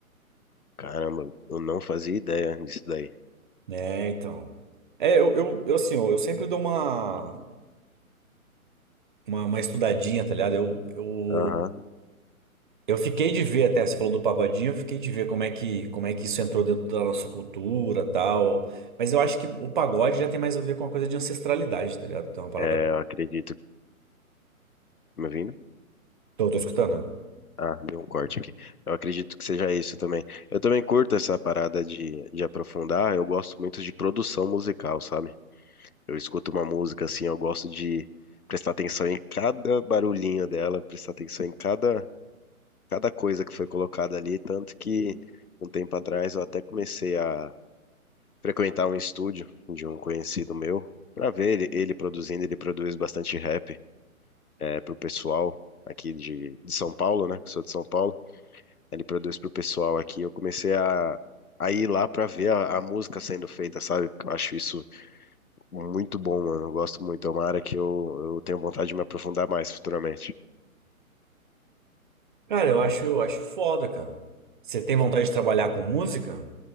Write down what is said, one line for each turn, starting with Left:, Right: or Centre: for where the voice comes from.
Left: Caramba, eu não fazia ideia disso daí.
Right: né? Então. É, eu, eu, eu, assim, ó, eu sempre dou uma, uma, uma estudadinha, tá ligado? Eu, eu,
Left: Aham.
Right: eu fiquei de ver, até você falou do pagodinho, eu fiquei de ver como é que, como é que isso entrou dentro da nossa cultura, tal. Mas eu acho que o pagode já tem mais a ver com uma coisa de ancestralidade, tá ligado? Então é uma parada.
Left: É, eu acredito. Me ouvindo?
Right: Tô, tô escutando.
Left: Ah, deu um corte aqui. Eu acredito que seja isso também. Eu também curto essa parada de, de aprofundar. Eu gosto muito de produção musical, sabe? Eu escuto uma música assim, eu gosto de prestar atenção em cada barulhinho dela, prestar atenção em cada, cada coisa que foi colocada ali, tanto que um tempo atrás eu até comecei a frequentar um estúdio de um conhecido meu para ver ele, ele produzindo, ele produz bastante rap é, pro pessoal aqui de, de São Paulo, né? que Sou de São Paulo. Ele produz pro pessoal aqui. Eu comecei a, a ir lá para ver a, a música sendo feita, sabe? Porque Eu acho isso Muito bom, mano. Eu gosto muito. É uma área que eu, eu tenho vontade de me aprofundar mais futuramente.
Right: Cara, eu acho, eu acho foda, cara. Você tem vontade de trabalhar com música?